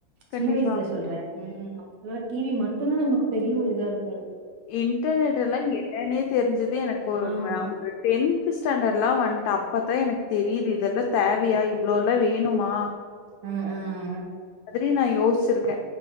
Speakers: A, on the left; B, on the right.
A: கண்டிப்பா
B: சின்ன வயசுல சொல்றே ம் அப்பல்லா டிவி மட்டு தா நமக்கு பெரிய ஒரு இதாருக்கு
A: இன்டர்நெட்லா என்னான்னே தெரிஞ்சது எனக்கு
B: ஆ ஆமா
A: ஒரு டென்த் ஸ்டாண்டர்ட்லா வந்ட்ட அப்பதா எனக்கு தெரியுது இதெல்லா தேவையா இவ்ளோலா வேணுமா
B: அ ம்
A: அந்த மாதிரி நா யோசிச்சுருக்கே